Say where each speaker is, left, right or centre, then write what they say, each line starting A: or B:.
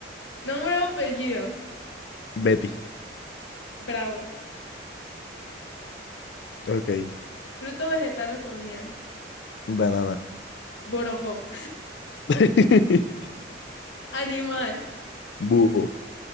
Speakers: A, on the left; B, on the left.
A: nombre o apellido.
B: Betty.
A: Bravo.
B: Ok.
A: Fruto, vegetal o comida.
B: Banana.
A: Borojó.
B: <laughs>
A: Animal.
B: Búho.